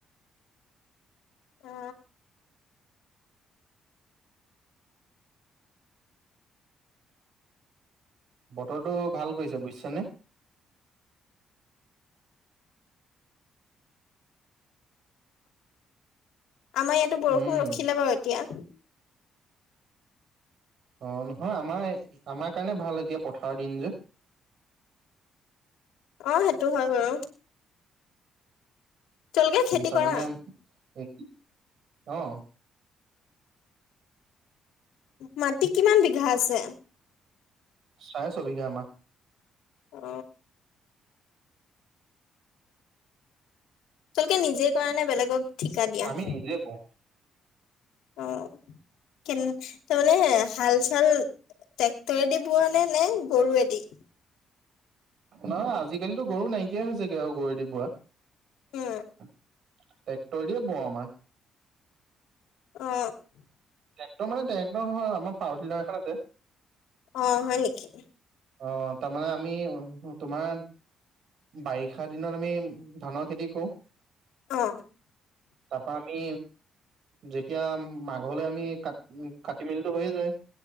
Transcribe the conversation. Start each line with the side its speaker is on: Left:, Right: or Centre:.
Left: অ।
Right: বতৰটো ভাল কৰিছে বুইছানে?
Left: আমাৰ ইয়াতো বৰষুণ
Right: উম
Left: ৰখিলে বাৰু এতিয়া।
Right: অ নহয় আমাৰ আমাৰ কাৰণে ভাল এতিয়া পথাৰৰ দিন যে।
Left: অ সেইটো হয় বাৰু। তেওঁলোকে খেতি
Right: তাৰমানে
Left: কৰা
Right: এই অ
Left: মাটি কিমান বিঘা আছে?
Right: চাই ছবিঘা আমা।
Left: অ। চলকে নিজে কৰা নে বেলেগক ঠিকা দিয়া।
Right: আমি নিজে কও। <inaudible>
Left: অ কেন তা মানে হাল চাল ট্ৰেক্টৰেদি বোৱা নে গৰুৱেদি?
Right: নহয় আজিকালিতো গৰু নাইকিয়াই হৈছেগে আৰু গৰুদি বোৱা।
Left: উম
Right: টেক্টৰ দিয়ে বওঁ আমাৰ
Left: অ
Right: ট্ৰেক্টৰ মানে ট্ৰেক্টৰ নহয় আমাৰ পায়াৰ টিলাৰ এখন আছে
Left: অ হয় নিকি
Right: অ তাৰমানে আমি তোমাৰ বাৰিষা দিনত আমি ধানৰ খেতি কৰো
Left: অ
Right: তাপা আমি যেতিয়া মাঘলৈ আমি কাট উ কাটি মিল টো হৈয়ে যায়